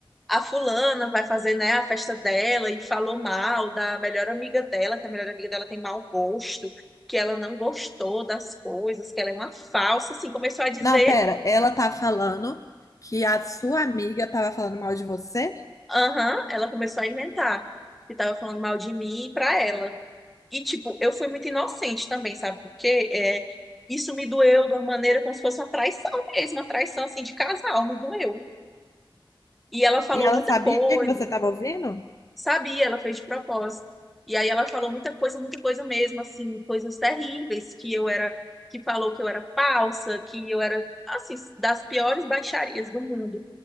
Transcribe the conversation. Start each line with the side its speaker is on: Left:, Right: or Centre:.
Centre: a fulana vai fazer, né, a festa dela e falou mal da melhor amiga dela, que a melhor amiga dela tem mau gosto, que ela não gostou das coisas, que ela é uma falsa, assim, começou a dizer,
Left: Não, pera, ela tá falando que a sua amiga tava falando mal de você
Centre: aham, ela começou a inventar que tava falando mal de mim pra ela. E, tipo, eu fui muito inocente também, sabe por quê? É, isso me doeu de uma maneira como se fosse uma traição mesmo, uma traição, assim, de casal, me doeu. E ela falou
Left: e ela
Centre: muita
Left: sabia
Centre: coisa,
Left: que você tava ouvindo?
Centre: Sabia, ela fez de propósito. E aí ela falou muita coisa, muita coisa mesmo, assim, coisas terríveis, que eu era, que falou que eu era falsa, que eu era, assim, das piores baixarias do mundo.